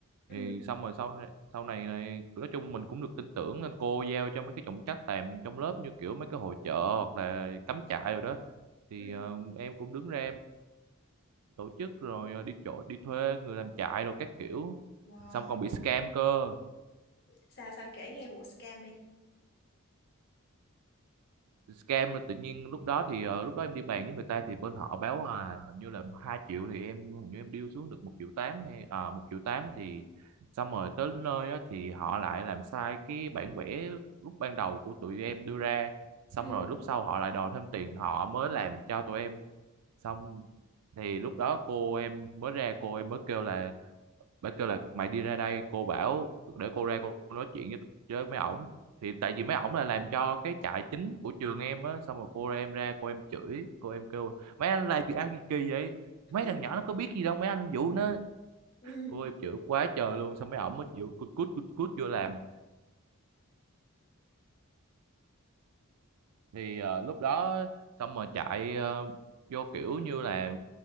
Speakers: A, on the left; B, on the right.
A: Ừ.
B: thì xong rồi sau này, sau này, này nói chung mình cũng được tin tưởng nên cô giao cho mấy cái trọng trách làm trong lớp như kiểu mấy cái hội chợ hoặc là cắm trại rồi đó thì
A: ừ.
B: ờ, em cũng đứng ra em tổ chức rồi ờ, đi chỗ đi thuê người làm trại rồi các kiểu
A: Wow.
B: xong còn bị scam cơ
A: sao sao kể nghe vụ scam đi
B: scam là tự nhiên lúc đó thì ờ, lúc đó em đi bàn với người ta thì bên họ báo là hình như là hai triệu thì em hình như em deal xuống được một triệu tám hay à, một triệu tám thì xong rồi tới nơi á, thì họ lại làm sai cái bản vẽ lúc ban đầu của tụi em đưa ra xong
A: ừ
B: rồi lúc sau họ lại đòi thêm tiền họ mới làm cho tụi em xong thì lúc đó cô em mới ra cô em mới kêu là bác kêu là mày đi ra đây cô bảo để cô ra cô nói chuyện với với mấy ổng thì tại vì mấy ổng là làm cho cái trại chính của trường em á xong rồi cô ra em ra cô em chửi cô em kêu mấy anh làm gì ăn gì kỳ vậy
A: <laughs>
B: mấy thằng nhỏ nó có biết gì đâu mấy anh vụ nó
A: ừ
B: cô em chửi quá trời luôn xong mấy ổng mới chịu cút cút cút cút vô làm thì ờ, lúc đó xong rồi chạy ờ, vô kiểu như là